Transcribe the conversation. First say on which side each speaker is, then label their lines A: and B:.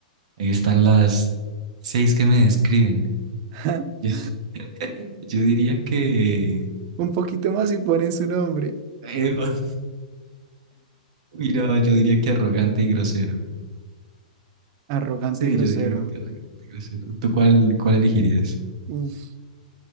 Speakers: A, on the right (about 55°); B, on the right (about 35°).
A: ahí están las seis que me describen.
B: <laughs>
A: Yo, <laughs> yo diría que...
B: Un poquito más y ponen su nombre.
A: Eva. Mira, yo diría que arrogante y grosero.
B: Arrogante
A: Sí,
B: y grosero.
A: yo diría que arrogante y grosero. ¿Tú cuál, cuál elegirías?
B: Uf,